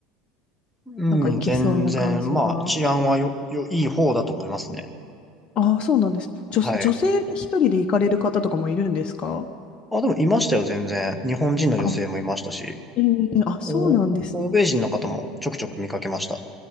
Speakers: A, in the centre; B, on the left.
A: うん。
B: なんか行けそうな感じが。
A: 全然、まあ治安はよ、よ、いい方だと思いますね。
B: ああ、そうなんです。女、
A: はい。
B: 女性で一人で行かれる方とかもいるんですか
A: あ、でもいましたよ、全然。日本人の女性もいましたし、
B: あ、ええあ、そうなんですね。
A: お、欧米人の方もちょくちょく見かけました。